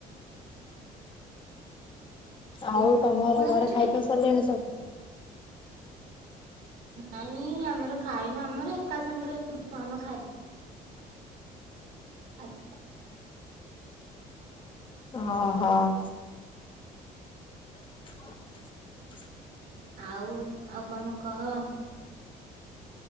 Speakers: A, on the left; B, on the right.
A: ଆଉ
B: ହୁଁ
A: ତମର
B: କଣ
A: ଘରେ
B: ଅଛି
A: ଖାଇପିଇ ସାରିଲେଣି ସବୁ?
B: ନାଇଁ ଆମର ଖାଇନୁ ଆମର ଏକା ସାଙ୍ଗରେ ଆମ <inaudible> <unintelligible>
A: ହଁ ହଁ। <inaudible>
B: ଆଉ ଆଉ କଣ କହ।